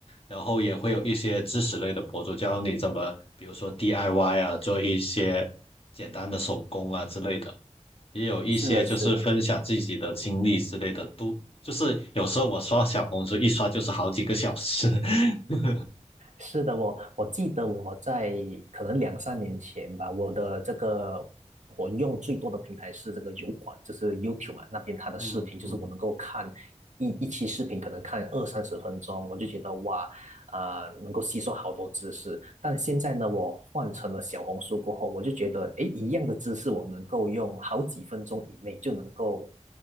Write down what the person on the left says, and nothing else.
然后也会有一些知识类的博主教你怎么，比如说 DIY 啊，做一些简单的手工啊之类的，也有一些就是分享自己的经历之类的，
都就是有时候我刷小红书一刷就是好几个小时，<laughs>
嗯嗯。